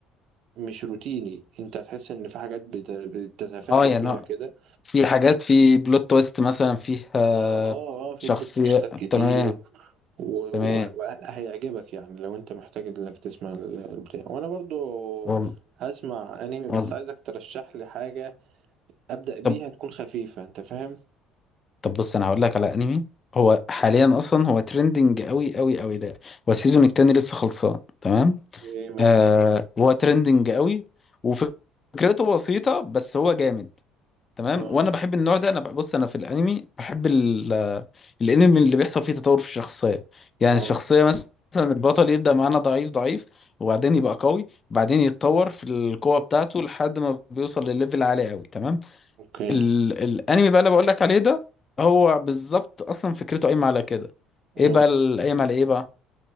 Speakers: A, on the right; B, on the left.
A: مش روتيني انت هتحس ان في حاجات بت- بتتفاجأ
B: اه يعني
A: بيها
B: هو
A: كده
B: في حاجات في بلوت تويست مثلا فيها
A: اه اه اه في
B: شخصية
A: بلوت تويستات كتير
B: تمام
A: و- و-
B: تمام
A: وهيعجبك يعني لو انت محتاج انك تسمع ال- البتاع وانا برضو
B: والله
A: هسمع انمي بس
B: والله
A: عايزك ترشح لي حاجة ابدأ بيها
B: طب
A: تكون خفيفة انت فاهم
B: طب بص انا هقول لك على انمي هو حاليا اصلا هو ترندنج قوي قوي قوي ده هو السيزون التاني لسه خلصان تمام
A: اوكي ماشي
B: آه هو ترندنج قوي وفكرته بسيطة بس هو جامد تمام
A: اه
B: وانا بحب النوع ده انا ببص انا في الانمي بحب ال- آه، الانمي اللي بيحصل فيه تطور في الشخصية يعني
A: اه
B: الشخصية مثلا البطل يبدأ معانا ضعيف ضعيف وبعدين يبقى قوي بعدين يتطور في القوة بتاعته لحد ما بيوصل لليفل عالي قوي تمام
A: اوكي
B: ال الانمي بقى اللي بقول لك عليه ده هو بالظبط اصلا فكرته قايمة على كده
A: اه
B: ايه بقى ال- قايم على ايه بقى